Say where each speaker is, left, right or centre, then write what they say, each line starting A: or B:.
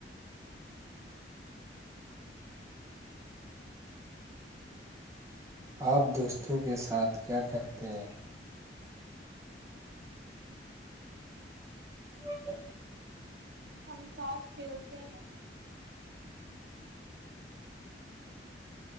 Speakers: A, on the right; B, on the right.
A: آپ دوستوں کے ساتھ کیا کرتے ہیں ہ
B: ہم ساتھ کھیلتے ہیں